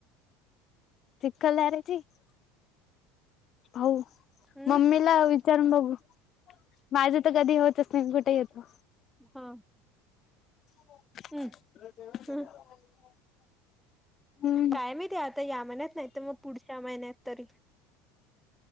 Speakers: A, on the left; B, in the centre.
A: <unintelligible> हो,
B: हम्म
A: म्मीला विचारुण बघू. माझं तर कधी होतच नाही मी कुठे येतो.
B: हा.
A: <unintelligible>
B: हम्म हम्म
A: हम्म
B: काय मी ते आता या महिन्यात नाही तर मग पुढच्या महिन्यात तर.